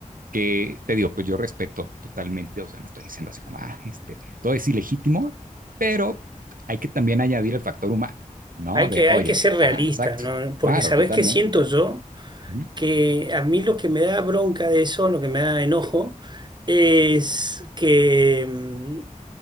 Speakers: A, on the right (about 80°); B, on the right (about 30°).
A: que te digo, pues yo respeto totalmente, o sea, no estoy diciendo así como, ah, este, todo es ilegítimo, pero hay que también añadir el factor humano, ¿no?
B: Hay
A: De,
B: que,
A: oyes,
B: hay que ser realistas,
A: ajá, exacto,
B: ¿no? Porque
A: claro,
B: ¿sabés
A: totalmente.
B: qué siento yo?
A: Ujú,
B: Que a mí lo que me da bronca de eso, lo que me da enojo, es que mm,